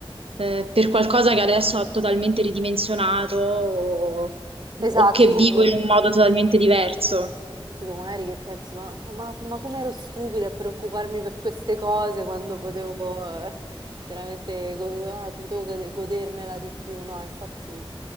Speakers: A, on the right (about 80°); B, on the right (about 45°).
A: eh, per qualcosa che adesso ho totalmente ridimensionato o
B: Esatto,
A: o che
B: tipo
A: vivo in un modo totalmente diverso.
B: Tipo, magari che pensi, ma, ma, ma come ero stupida a preoccuparmi per queste cose quando potevo, eh, chiaramente, go- ah, potevo gode- godermela di più, no? Infatti